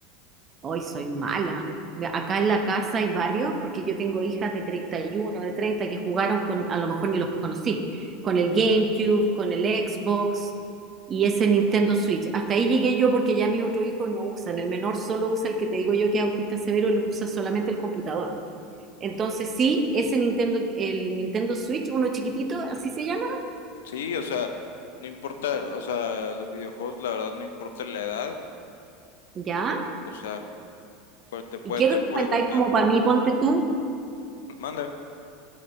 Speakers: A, on the right; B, on the left.
A: Hoy soy mala. Ve- Acá en la casa hay varios, porque yo tengo hijas de 31 de 30 que jugaron con, a lo mejor ni los conocí, con el GameCube, con el Xbox y ese Nintendo Switch. Hasta ahí llegué yo porque ya mis otros hijos no usan. El menor solo usa el que te digo yo que es autista severo, él usa solamente el computador. Entonces, sí, ese Nintendo, el Nintendo Switch, uno chiquitito, así se llama,
B: Sí, o sea, no importa, o sea, los videojuegos, la verdad, no importa la edad.
A: ¿ya?
B: O sea, cual te puede,
A: ¿Y qué
B: te
A: recomendáis
B: puede gustar.
A: como para mí, ponte tú?
B: Manda.